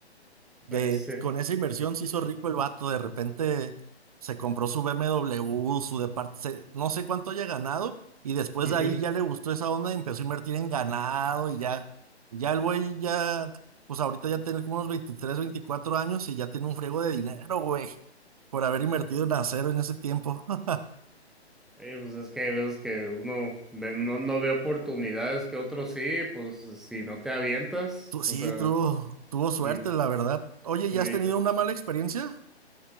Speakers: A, on the right (about 35°); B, in the centre.
A: De,
B: bestia,
A: con esa inversión se hizo rico el vato, de repente se compró su BMW, su departamento, no sé cuánto haya ganado, y después
B: ujú.
A: de ahí ya le gustó esa onda y empezó a invertir en ganado y ya, ya el güey ya, pues ahorita ya tiene como unos 23 24 años y ya tiene un friego de dinero, güey, por haber invertido en acero en ese tiempo. <laughs>
B: Eh, pues es que hay veces que uno ve- no, no ve oportunidades que otros sí, pues si no te avientas,
A: Tú, sí,
B: o sea,
A: tuvo, tuvo suerte,
B: y,
A: la verdad. Oye, ¿ya
B: ey.
A: has tenido una mala experiencia?